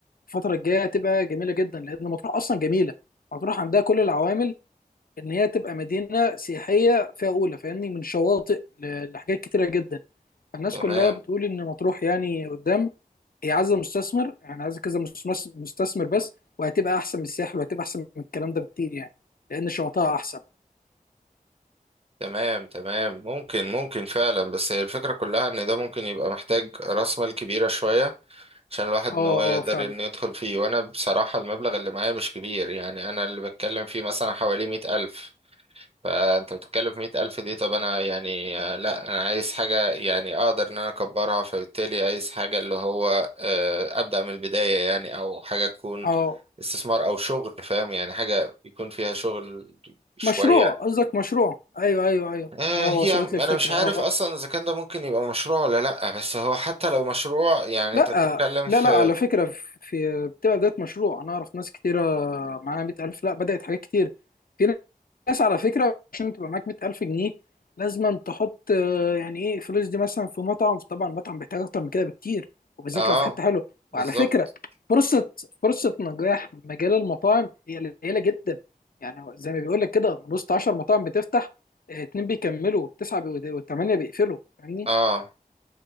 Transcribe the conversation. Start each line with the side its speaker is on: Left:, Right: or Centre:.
Left: الفترة الجاية هتبقى جميلة جدا لأن مطروح أصلا جميلة مطروح عندها كل العوامل إن هي تبقى مدينة سياحية فيها أولى فاهمني من شواطئ ل- لحاجات كتيرة جدا الناس
Right: تمام
Left: كلها بتقول إن مطروح يعني قدام هي عايزة مستثمر يعني عايزة كذا مستثمر مستثمر بس وهتبقى أحسن من الساحل وهتبقى أحسن من الكلام ده بكتير يعني لأن شواطئها أحسن
Right: تمام تمام ممكن ممكن فعلا بس هي الفكرة كلها ان ده ممكن يبقى محتاج راس مال كبيرة شوية عشان الواحد
Left: أه أه
Right: ان هو يقدر
Left: فعلا
Right: ان يدخل فيه وانا بصراحة المبلغ اللي معايا مش كبير يعني انا اللي بتكلم فيه مثلا حوالي مئة الف فانت بتتكلم في مية ألف دي طب انا يعني آه، لا انا عايز حاجة يعني اقدر ان انا اكبرها فبالتالي عايز حاجة اللي هو آه، ابدأ من البداية يعني او حاجة تكون
Left: أه
Right: استثمار او شغل فاهم يعني حاجة يكون فيها شغل شوية
Left: مشروع قصدك مشروع أيوه أيوه أيوه
Right: آه،
Left: و-
Right: هي
Left: وصلت
Right: انا
Left: لي الفكرة
Right: مش عارف
Left: أه آه.
Right: اصلا اذا كان ده ممكن يبقى مشروع ولا لا بس هو حتى لو مشروع يعني
Left: لا
Right: انت بتتكلم
Left: لا
Right: في
Left: لا على فكرة في في- بتبقى بداية مشروع أنا أعرف ناس كتيرة معاها مئة ألف لا بدأت حاجات كتير في ناس على فكرة عشان تبقى معاك مئة ألف جنيه لازم تحط آه، يعني إيه فلوس دي مثلا في مطعم طبعا المطعم بيحتاج أكتر من كده بكتير وبالذات
Right: اه
Left: لو في حتة حلوة
Right: بالظبط
Left: وعلى فكرة فرصة فرصة نجاح مجال المطاعم هي قليلة جدا يعني هو زي ما بيقول لك كده من وسط 10 مطاعم بتفتح آه، اتنين بيكملوا تسعة بي- وثمانية بيقفلوا فاهمني
Right: اه